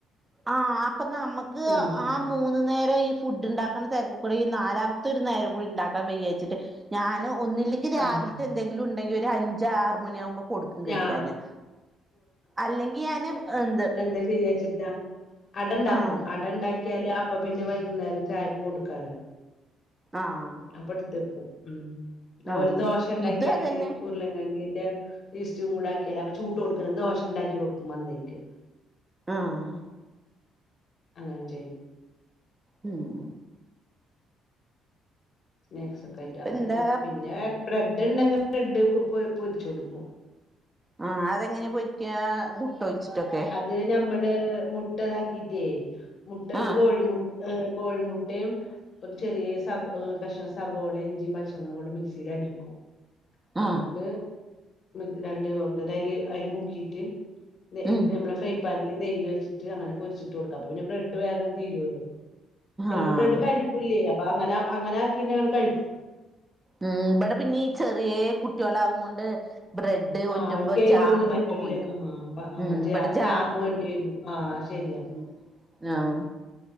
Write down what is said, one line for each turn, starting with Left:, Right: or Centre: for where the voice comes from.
Right: ആഹ് അപ്പ നമ്മക്ക്
Left: ആഹ്
Right: ആ മൂന്ന് നേരം ഈ ഫുഡ് ഇണ്ടാക്ക്ണെ തെരക്കുക്കൂടെ ഈ നാലാമത്തെ ഒരു നേരം കൂടി ഇണ്ടാക്കാൻ വയ്യാച്ചിട്ട് ഞാന് ഒന്നില്ലെങ്കി രാവിൽത്തെ
Left: ആഹ്
Right: എന്തെങ്കിലും ഇണ്ടെങ്കി ഒരു അഞ്ച് ആറ് മണിയ ആവുമ്പോ കൊടുക്കും
Left: ഞാ
Right: കഴിക്കാന് അല്ലെങ്കി ഞാന് എന്ത്
Left: ചെയ്യ വെച്ച്ട്ടാ അട ഇണ്ടാക്കും
Right: ആഹ്
Left: അട ഇണ്ടാക്കിയാല് അപ്പ പിന്നെ വൈകുന്നേരം ചായക്ക് കൊടുക്കാലോ?
Right: ആഹ്
Left: അപ്പട്ത്തെക്കും ഉം അത്പോലെ
Right: ആഹ്
Left: ദോശ ഇണ്ടാക്കിയാല്
Right: ഇത് അതന്നെ
Left: ഉർലങ്ങെങ്ങിന്റെ ഈസ്റ്റും കൂട ആക്കിയാല് അപ്പ ചൂട്ടോട്കെനെ ദോശ ഇണ്ടാക്കി കൊടുക്കും വന്നേക്ക്
Right: ആഹ്
Left: അങ്ങനെ ചെയ്യും
Right: ഉം
Left: സ്നാക്സ് ഒക്കെ
Right: ഇനിയിപ്പ
Left: ആയിട്ട് അങ്ങനെ
Right: എന്താ
Left: പിന്നെ ബ്രെഡ് ഇണ്ടെങ്കി ബ്രെഡ് പൊരിച്ച് കൊടുക്കും.
Right: ആ അതെങ്ങനെ പൊരിക്കാ മുട്ട ഒഴിച്ചിട്ടൊക്കെ
Left: ത് നമ്മള് മുട്ടതാക്കിട്ടേ മുട്ട
Right: ആഹ്
Left: കോഴിമു ഏ കോഴിമുട്ടയും ഒരു ചെറിയ സബ് ഏ കഷ്ണം സവോളിം ഇഞ്ചിം പച്ചമുളകും കൂടെ മിക്സിയിൽ അടിക്കും
Right: ആഹ്
Left: ന്നട്ട് ന്ന രണ്ട് <unintelligible> ട്ട അയ്ല് അയ്‌ല് മുക്കീട്ട് <unintelligible>
Right: ഉം
Left: നമ്മളെ ഫ്രൈപാനില് നെയ്യ് വെച്ചിട്ട് അങ്ങനെ പൊരിച്ചും ത്ത് കൊടുക്ക അപ്പ പിന്നെ ബ്രെഡ് വേഗം തീരോല്ലോ. ചെലപ്പോ
Right: ആഹ്
Left: ബ്രെഡ് കഴ്- കുല്ലേ അപ്പൊ അങ്ങനെ അങ്ങനെ ആക്കീനാ കഴിക്കും
Right: ഉം, ഇബടെ പിന്നെ ഈ ചെറിയേ കുട്ടിയളാവും കൊണ്ട് ബ്രഡ- ഡ്ഡ് കൊണ്ടരുബോ
Left: ആഹ് അവർക്ക് എരിവൊന്നും
Right: ജാമും
Left: പറ്റൂല്ല
Right: ഒപ്പം കൊണ്ടരും.
Left: ആഹ് ആഹ്
Right: ഉം,
Left: ജാ
Right: ഇവിടെ ജാമ്
Left: ജാം വേണ്ടി
Right: കൊണ്ടരും.
Left: വരും ആഹ് ശരിയാ
Right: ഉം ആഹ്